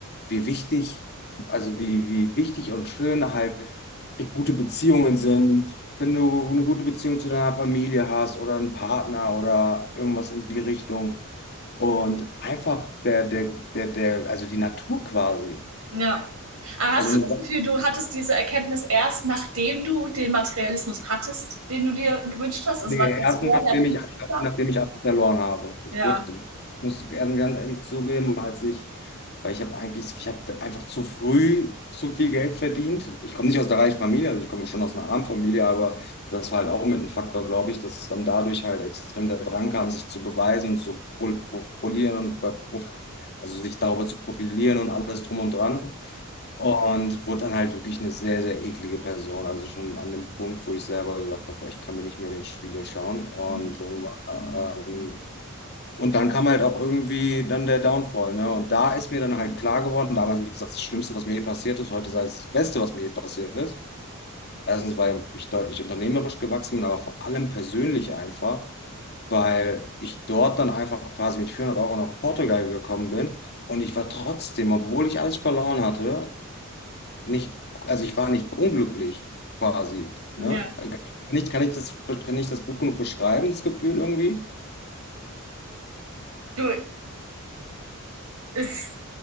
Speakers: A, on the left; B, on the right.
A: wie wichtig, also wie, wie wichtig und schön halt gute Beziehungen sind. Wenn du eine gute Beziehung zu deiner Familie hast oder einen Partner oder irgendwas in die Richtung. Und einfach der, der, der, der, also die Natur quasi.
B: Ja. Aber hast
A: Also eine
B: du das
A: Sache
B: Gefühl, du hattest diese Erkenntnis erst, nachdem du den Materialismus hattest, den du dir gewünscht hast? Also
A: geerbt,
B: war das vorher
A: nachdem
B: noch nicht
A: ich,
B: so klar?
A: nachdem ich alles verloren habe. Ich
B: Ja.
A: wurde, muss werden ganz ehrlich zugeben, als ich, weil ich habe eigentlich, ich habe einfach zu früh zu viel Geld verdient. Ich komme nicht aus der reichen Familie, also ich komme schon aus einer armen Familie, aber das war halt auch mit ein Faktor, glaube ich, dass es dann dadurch halt extrem der Drang kam, sich zu beweisen und zu pro, pro, polieren und pro, also sich darüber zu profilieren und alles drum und dran. Und wurde dann halt wirklich eine sehr, sehr eklige Person. Also schon an dem Punkt, wo ich selber gesagt habe, boah, ich kann mir nicht mehr in den Spiegel schauen. Und,
B: Mhm.
A: irgendwann, ähm, und dann kam halt auch irgendwie dann der Downfall. Ne? Und da ist mir dann halt klar geworden, damals, wie gesagt, das Schlimmste, was mir je passiert ist, heute sei es das Beste, was mir je passiert ist. Erstens, weil ich deutlich unternehmerisch gewachsen bin, aber vor allem persönlich einfach, weil ich dort dann einfach quasi mit 400 Euro nach Portugal gekommen bin. Und ich war trotzdem, obwohl ich alles verloren hatte, nicht, also ich war nicht unglücklich quasi.
B: Ja.
A: Ne? Nicht, kann ich das, kann ich das gut genug beschreiben, das Gefühl irgendwie?
B: Du, es